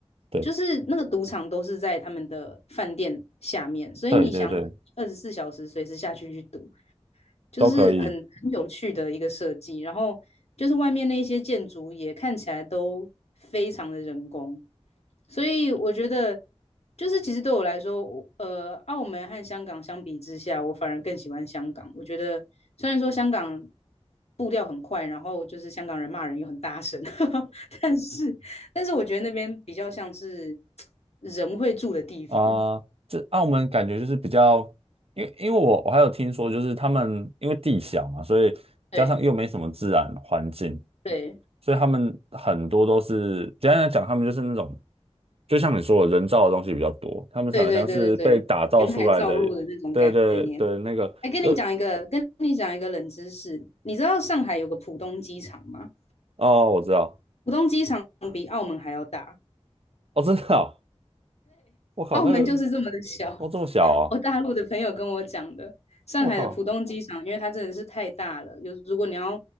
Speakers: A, on the right (about 60°); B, on the left (about 70°).
A: 对
B: 就是那个赌场都是在他们的饭店下面，所以你想二十四小时随时下去去赌，
A: 对对对对，
B: 就是很很有趣的一个设计。
A: 都可以。
B: 然后就是外面那一些建筑也看起来都非常的人工，所以我觉得就是其实对我来说，我呃，澳门和香港相比之下，我反而更喜欢香港。我觉得虽然说香港步调很快，然后就是香港人骂人又很大声，<laughs> 但是但是我觉得那边比较像是人会住的地方。
A: 啊、这澳门感觉就是比较，因为因为我我还有听说，就是他们因为地小嘛，所以加上又没什么自然环境，
B: 对对
A: 所以他们很多都是简单来讲，他们就是那种，就像你说的，人造的东西比较多，他们好像是被打造出来的，
B: 对对对对对，填海造陆的那种概念。
A: 对对对，那个有
B: 哎，跟你讲一个，跟你讲一个冷知识，你知道上海有个浦东机场吗？
A: 哦，我知道，
B: 浦东机场比澳门还要大，
A: 哦，真的哦，我靠，
B: 澳门就是这么的小。
A: 那个哦这么小哦，
B: <laughs> 我大陆的朋友跟我讲的，上海的浦东机场，
A: 我靠，
B: 因为它真的是太大了，有如果你要